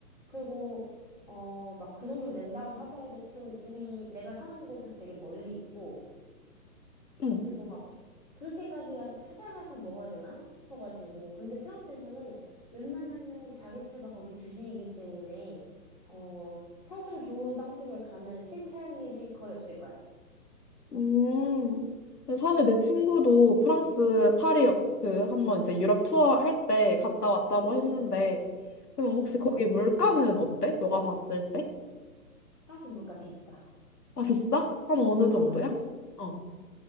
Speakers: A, on the left; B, on the left.
A: 그리고 어, 막 그 정도 낸다고 하더라도 좀 우리 내가 사는 곳에서 되게 멀리 있고
B: 응.
A: 그리고 막 그렇게까지가 찾아가서 먹어야 되나 싶어가지고 근데 프랑스에서는 웬만하면 바게트가 거기 주식이기 때문에 어, 평점 좋은 빵집을 가면 실패할 일이 거의 없을 거야.
B: 음, 근데 사실 내 친구도 프랑스 파리 그 한번 이제 유럽 투어 할 때 갔다 왔다고
A: 응,
B: 했는데, 그럼
A: 응.
B: 혹시 거기 물가는 어때? 너가 봤을 때?
A: 프랑스 물가 비싸.
B: 아, 비싸? 한 어느
A: 어,
B: 정도야?
A: 근,
B: 어.